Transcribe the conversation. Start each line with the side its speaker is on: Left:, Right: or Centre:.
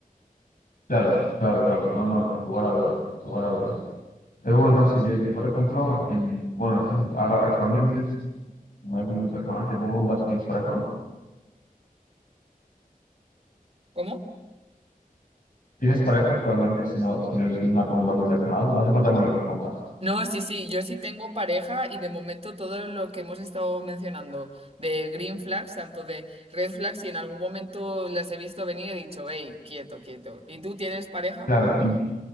Left: Claro, claro, claro. No, no, sin lugar a dudas, sin lugar a dudas. Pero bueno, sí yo, yo, por ejemplo, en- bueno, es un- ahora actualmente no es muy personal, te puedo preguntar si tienes pareja.
Right: ¿Cómo?
Left: ¿Tienes pareja actualmente? Si no, si no es una pregunta muy personal, no hace falta que me lo respondas.
Right: No, sí, sí, yo sí tengo pareja y de momento todo lo que hemos estado mencionando de green flags, tanto de red flags, y en algún momento las he visto venir, y he dicho, hey, quieto, quieto. ¿Y tú tienes pareja?
Left: Claro, y